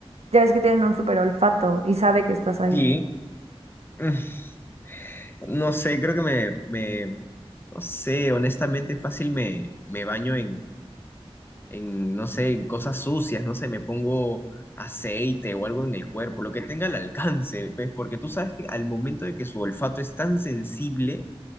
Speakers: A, on the right; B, on the left.
A: Ya ves que tienen un super olfato y sabe que estás ahí.
B: Sí. <laughs> Mm, No sé, creo que me, me- no sé, honestamente fácil me, me baño en, en, no sé, en cosas sucias, no sé, me pongo aceite o algo en el cuerpo, lo que tenga al alcance, pues, porque tú sabes que al momento de que su olfato es tan sensible,